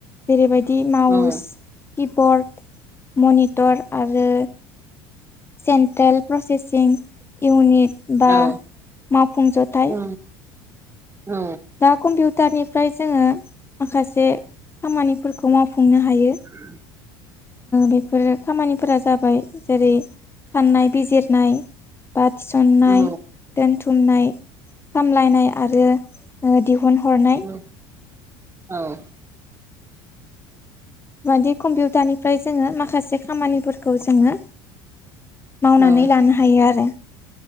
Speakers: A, on the left; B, on the right.
A: जेरैबायदि माउस
B: औ
A: किबर्ड मनिटर आरो सेन्ट्रेल प्रसेसिं इउनिट बा
B: औ
A: मावफुं जथाइ
B: औ औ
A: दा कम्पिउटारनिफ्राय जोङो माखासे खामानिफोरखौ मावफुंनो हायो
B: उ
A: बेफोर खामानिफोरा जाबाय जेरै साननाय बिजिरनाय बा थिसननाय
B: औ
A: दोनथुमनाय सामलायनाय आरो दिहुन हरनाय
B: औ औ
A: मादि कम्पिउटारनिफ्राय जोङो माखासे खामानिफोरखौ जोङो मावनानै
B: औ
A: लानो हायो आरो